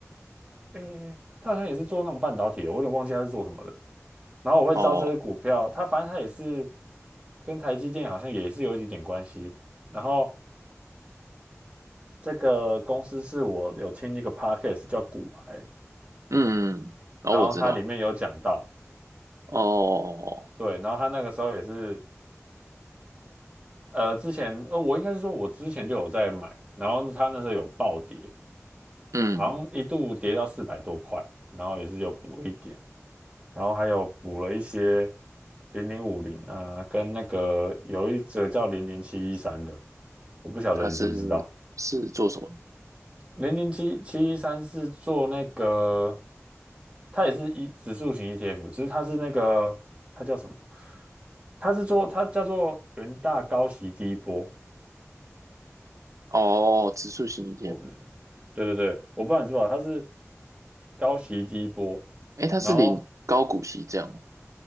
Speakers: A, on the right; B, on the right.
A: 诶、他好像也是做那种半导体的，我有点忘记他是做什么的。然后我会知道这只股票，
B: 哦，
A: 它反正它也是跟台积电好像也是有一点点关系。然后这个公司是我有听一个 podcast 叫股癌，
B: 嗯，然哦，
A: 然后它里面有讲到，
B: 我知道。哦，
A: 对，然后他那个时候也是，呃，之前呃，我应该是说我之前就有在买，然后他那时候有暴跌，
B: 嗯，
A: 好像一度跌到四百多块，然后也是有补一点。然后还有补了一些零零五零啊，跟那个有一则叫零零七一三的，我不晓得你知不知道。
B: 它是是做什么？
A: 零零七七一三是做那个，它也是一指数型 ETF，只是它是那个它叫什么？它是做它叫做元大高息低波。
B: 哦，指数型 ETF。
A: 哦，对对对，我不知道你知不知道，它是高息低波，
B: 诶，它是领高股息这样吗？
A: 然后